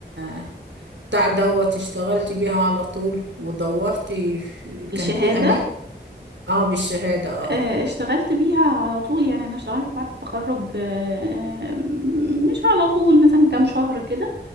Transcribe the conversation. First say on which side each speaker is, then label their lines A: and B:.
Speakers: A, on the right; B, on the right.
A: آه، بتاع دوت اشتغلتي بيها على طول ودورتي في كان
B: الشهادة
A: في أماكن اه بالشهادة اه
B: آه، اشتغلت بيها على طول يعني أنا اشتغلت بعد التخرج آه، مش على طول مثلا كام شهر كده